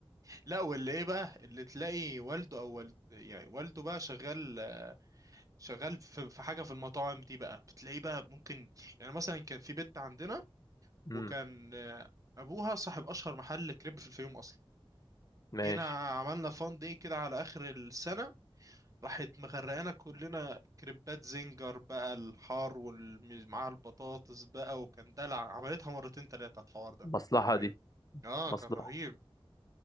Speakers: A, on the right; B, on the left.
A: لا واللي ايه بقى اللي تلاقي والده او والد يعني والده بقى شغال شغال في في حاجة في المطاعم دي بقى بتلاقيه بقى ممكن يعني مثلا كان في بنت عندنا وكان
B: امم
A: آه، ابوها صاحب اشهر محل كريب في الفيوم اصلا
B: ماشي
A: جينا عملنا فان دي كده على اخر السنه راحت مغرقانا كلنا كريبات زنجر بقى الحار ومعاها البطاطس بقى وكان دلع عملتها مرتين تلاتة الحوار ده
B: مصلحه
A: كان رهيب
B: دي
A: اه كان
B: مصلحه
A: رهيب